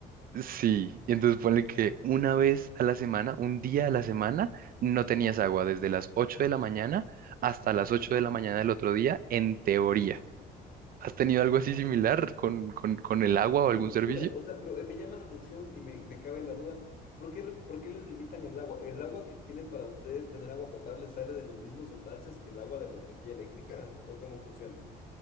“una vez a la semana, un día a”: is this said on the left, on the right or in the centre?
Right